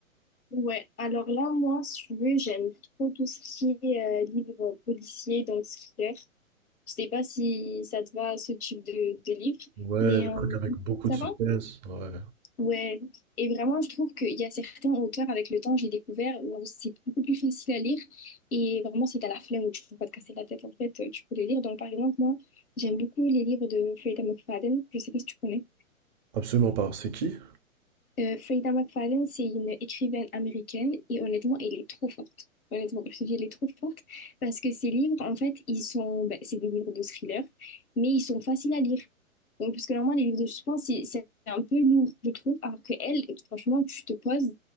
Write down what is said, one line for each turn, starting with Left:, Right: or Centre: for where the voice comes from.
Left: Ouais. Alors là, moi, si tu veux, j'aime trop tout ce qui est euh, livre policier, donc thriller. Je sais pas si ça te va, ce type de, de livre,
Right: Ouais,
Left: mais
Right: les trucs
Left: euh,
Right: avec beaucoup
Left: ça
Right: de suspense.
Left: va?
Right: Ouais,
Left: Ouais. Et vraiment, je trouve qu'il y a certains auteurs, avec le temps, j'ai découvert où c'est beaucoup plus facile à lire. Et vraiment, si t'as la flemme ou tu peux pas te casser la tête, en fait, tu peux les lire. Donc, par exemple, moi, j'aime beaucoup les livres de Freda McFadden. Je sais pas si tu connais.
Right: absolument pas. C'est qui?
Left: Euh, Freda McFarlane, c'est une écrivaine américaine et honnêtement, elle est trop forte. Honnêtement, comme je te dis, elle est trop forte parce que ses livres, en fait, ils sont, ben, c'est des livres de thriller, mais ils sont faciles à lire. Donc, puisque normalement, les livres de suspense, c'est c'est un peu lourd, je trouve, alors que elle, franchement, tu te poses,